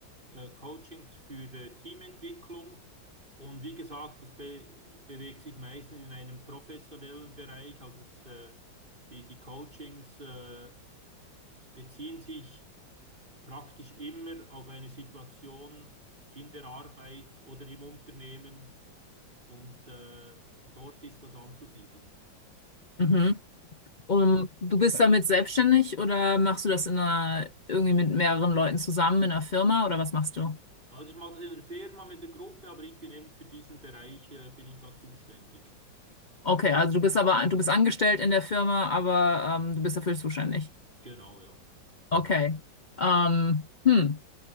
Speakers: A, on the right (about 25°); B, on the left (about 35°).
A: äh, Coachings für äh, Teamentwicklung. Und wie gesagt, das be bewegt sich meistens in einem professionellen Bereich. Also es, äh, die, die Coachings äh, beziehen sich praktisch immer auf eine Situation in der Arbeit oder im Unternehmen und äh, dort ist das anzusiedeln.
B: Mhm. Um, du bist damit selbstständig oder machst du das in einer, irgendwie mit mehreren Leuten zusammen in einer Firma oder was machst du?
A: Also ich mache das in der Firma mit der Gruppe, aber ich bin eben für diesen Bereich, äh, bin ich da zuständig.
B: Okay, also du bist aber, du bist angestellt in der Firma, aber ähm, du bist dafür zuständig.
A: Genau, ja.
B: Okay. Ähm, hm.